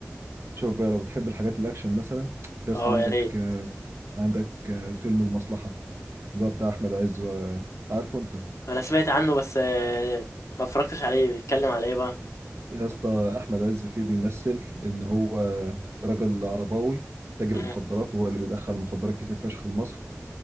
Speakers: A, on the right; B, on the left.
A: شوف بقى لو بتحب الحاجات الاكشن مثلا في اصلا
B: اه
A: عندك
B: يا ريت
A: آه، عندك آه، فيلم المصلحة اللي هو بتاع احمد عز و- عارفه انت
B: انا سمعت عنه بس آه، ما اتفرجتش عليه بيتكلم على ايه بقى
A: يا اسطى احمد عز فيه بيمثل ان هو راجل عرباوي تاجر
B: مم.
A: مخدرات وهو اللي بيدخل مخدرات كتير فشخ لمصر